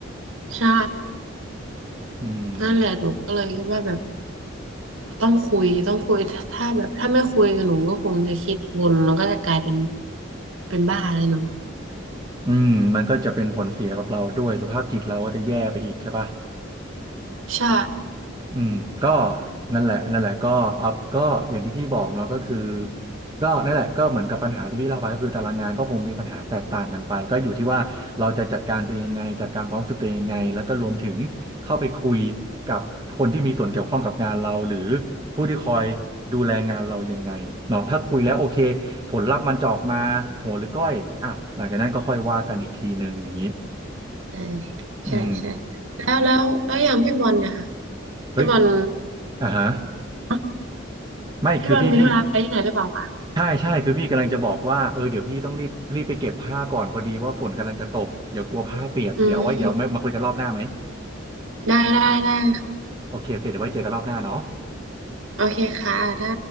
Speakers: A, on the right; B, on the right.
A: ใช่
B: อืม
A: นั่นแหละหนูก็เลยคิดว่าแบบต้องคุยต้องคุยถ้าถ้าแบบถ้าไม่คุยกับหนูก็คงจะคิดวนแล้วก็จะกลายเป็นเป็นบ้าเลยหนู
B: อืมมันก็จะเป็นผลเสียกับเราด้วยสุขภาพจิตเราก็จะแย่ไปอีกใช่ปะ
A: ใช่
B: อืมก็นั่นแหละนั่นแหละก็อัพก็อย่างที่พี่บอกเนาะก็คือก็นั่นแหละก็เหมือนกับปัญหาที่พี่เล่าไปก็คือตารางงานก็คงมีปัญหาแตกต่างกันไปก็อยู่ที่ว่าเราจะจัดการตัวเองยังไงจัดการความรู้สึกตัวเองยังไงแล้วก็รวมถึงเข้าไปคุยกับคนที่มีส่วนเกี่ยวข้องกับงานเราหรือผู้ที่คอยดูแลงานเรายังไงเนาะถ้าคุยแล้วโอเค
A: อืม
B: ผลลัพธ์มันจะออกมาหัวหรือก้อยอ่ะหลังจากนั้นก็ค่อยว่ากันอีกทีหนึ่งอย่างนี้
A: ใช่
B: อืม
A: ใช่ใช่แล้วแล้วแล้วอย่างพี่บอลเนี่ยค่ะ
B: เฮ้ย
A: พี่บอล
B: อ่าฮะ
A: เนอะ
B: ไม่คือพี่พี่
A: พี่บอลมีธุระไปที่ไหนหรือเปล่าคะ
B: ใช่ใช่คือพี่กำลังจะบอกว่าเออเดี๋ยวพี่ต้องรีบรีบไปเก็บผ้าก่อนพอดีว่าฝนกำลังจะตกเดี๋ยวกลัวผ้าเปียกเดี๋ยวเอาไว้เดี๋ยวมามาคุยกันรอบหน้าไหม
A: อืมได้ได้ได้ค่ะ
B: โอเคโอเคเดี๋ยวไว้เจอกันรอบหน้าเนาะ
A: โอเคค่ะได้